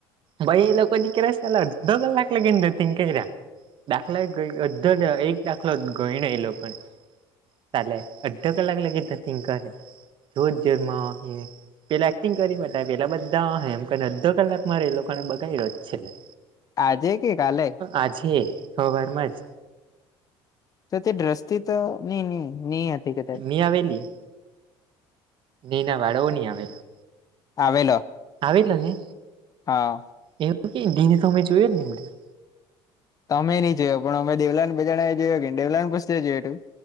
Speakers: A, on the right; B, on the left.
A: પહી એ લોક દીકરા સાલા <unintelligible> ધતિંગ કયરા. દાખલા ગ અધર એક દાખલો ગયનો એ લોકોએ કાલે અડધો કલાક લગીન ધતિંગ કરે <unintelligible> પેલા એક્ટિંગ કરી બધાએ, પેલા બધા હેમ કરીને, અડધો કલાક મારે એ લોકોને બગાયડો જ છે.
B: આજે કે કાલે?
A: આજે હવાર માંજ.
B: તો તે દ્રષ્ટી તો, ની-ની-ની હતી કદાચ.
A: એ આવેલી ને એના વારોવ નહીં આવેલા.
B: આવેલો.
A: આવેલા ને?
B: હા.
A: એવું કે દિને મે જોયો જ નહીં <unintelligible>
B: તમે નહીં જોયો, પણ અમે દેવલાને બેજારાએ જોયો કે દેવલાને પૂછ લેજે તું.